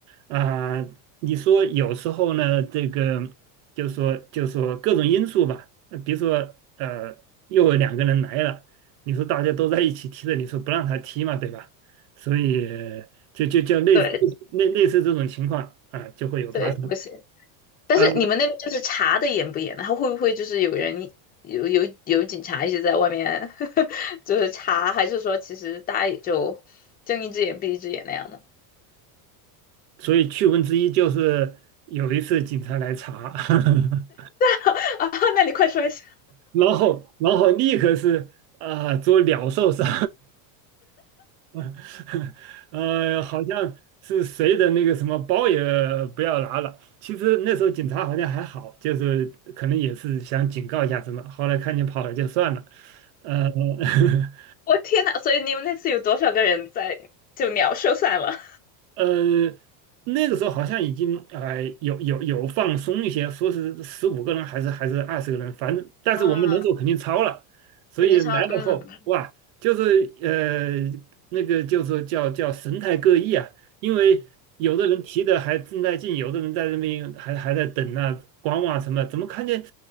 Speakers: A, on the right (about 60°); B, on the left (about 20°).
A: 啊、你说有时候呢，这个就说就说各种因素吧，呃比如说呃，又有两个人来了，你说大家都在一起踢的，你说不让他踢嘛，对吧？所以就就就类似类类似这种情况啊、
B: 对
A: 就会有发生
B: 对，不行。但是你们那边就是查的严不严呢？
A: 啊、
B: 他会不会就是有人有有有警察一直在外面 <laughs> 就是查，还是说其实大家也就睁一只眼闭一只眼那样的？
A: 所以趣闻之一就是有一次警察来查。<laughs>
B: <laughs> 啊，那你快说一下。
A: 然后然后立刻是啊、做鸟兽散，<laughs> 呃，好像是谁的那个什么包也不要拿了。其实那时候警察好像还好，就是可能也是想警告一下什么，后来看你跑了就算了，呃。<laughs>
B: 我天呐，所以你们那次有多少个人在就鸟兽散了？
A: 呃，那个时候好像已经呃有有有放松一些，说是十五个人还是还是二十个人，反正但是我们人数肯定超了，
B: <laughs> 啊，
A: 所以来了后哇，
B: 肯定烧了。嗯，
A: 就是呃那个就是叫叫神态各异啊，因为有的人提的还正在进，有的人在那边还还在等啊观望什么，怎么看见